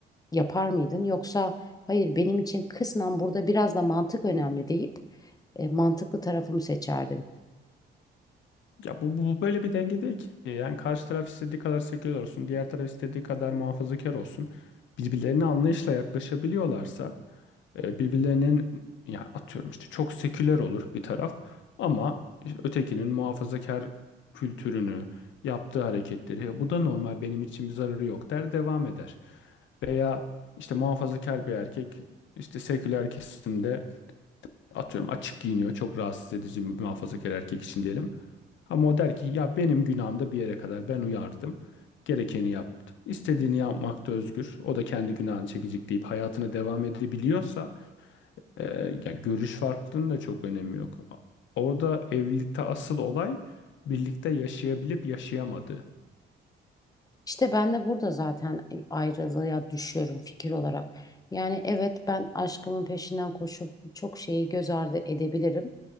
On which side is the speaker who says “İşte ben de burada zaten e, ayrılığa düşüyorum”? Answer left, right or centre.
Left